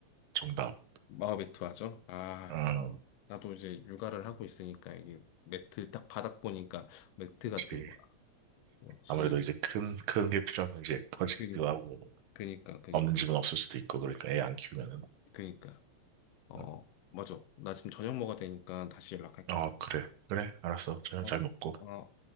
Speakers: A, on the right; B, on the left.
A: 정답.
B: 아, 매트 하죠? 아,
A: 어
B: 이거 나도 이제 육아를 하고 있으니까 이게 매트 딱 바닥 보니까 매트 같은
A: 그치.
B: 거야. 역시,
A: 아무래도 이제 큰, 큰 게 필요하면 이제 커지기도
B: 그,
A: 하고,
B: 그니까, 그니,
A: 없는 집은 없을 수도 있고, 그러니까 애 안 키우면은.
B: 그니까. 어,
A: 음.
B: 맞아. 나 지금 저녁 먹어야 되니까 다시 연락할게.
A: 어, 그래. 그래. 알았어. 저녁
B: 어,
A: 잘 먹고.
B: 어.